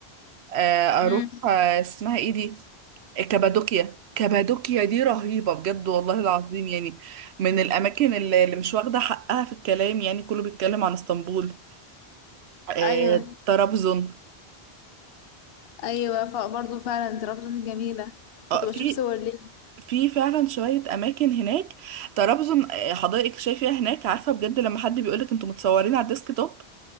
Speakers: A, on the right; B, on the left.
A: آه،
B: امم
A: اروح آه، اسمها ايه دي كابادوكيا كابادوكيا دي رهيبة بجد والله العظيم يعني من الأماكن اللي اللي مش واخدة حقها في الكلام يعني كله بيتكلم عن اسطنبول آه،
B: ايوه
A: طرابزون
B: ايوه فبرضه فعلا دي ربطة جميله كنت
A: آه،
B: بشوف
A: في
B: صور ليه
A: في فعلا شوية أماكن هناك طرابزون آه، حدائق شايفها هناك عارفة بجد لما حد بيقولك انتوا متصورين على الديسك توب